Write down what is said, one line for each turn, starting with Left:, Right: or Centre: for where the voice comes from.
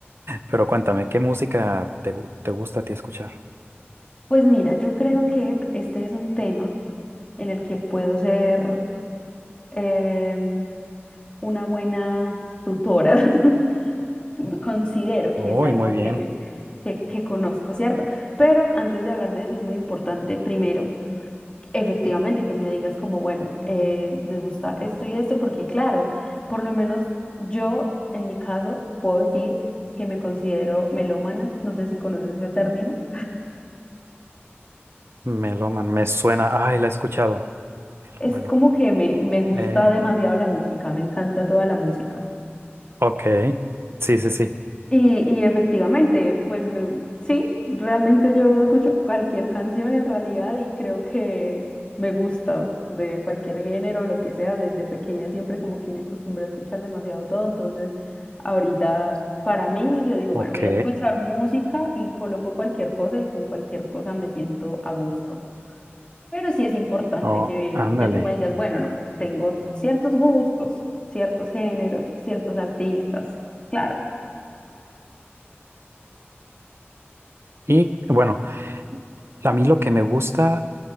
Right: Pero cuéntame, ¿qué música te, gu- te gusta a ti escuchar?
Left: Pues mira, yo creo que este es un tema en el que puedo ser eh, una buena tutora. <laughs> Considero que
Right: Uy,
Left: es algo
Right: muy bien.
Left: que, que, que conozco, ¿cierto? Pero antes de hablar de eso es muy importante, primero, efectivamente, que me digas como, bueno, eh, me gusta esto y esto, porque claro, por lo menos yo, en mi caso, puedo decir que me considero melómana, no sé si conoces ese término.
Right: Meloman, me suena. Ay, la he escuchado. Melómano.
Left: Es como que me, me gusta
Right: Eh,
Left: demasiado la música, me encanta toda la música.
Right: ok. Sí, sí, sí.
Left: Y, y efectivamente, pues me, sí, realmente yo escucho cualquier canción en realidad y creo que me gusta de cualquier género, lo que sea, desde pequeña siempre como que me acostumbré a escuchar demasiado todo, entonces ahorita para mí yo digo, bueno,
Right: Ok.
Left: voy a escuchar música y coloco cualquier cosa y con cualquier cosa me siento a gusto. Pero sí es importante
Right: Oh,
Left: que,
Right: ándale.
Left: que tú me digas, bueno, no, tengo ciertos gustos, ciertos géneros, ciertos artistas. Claro.
Right: Y bueno, a mí lo que me gusta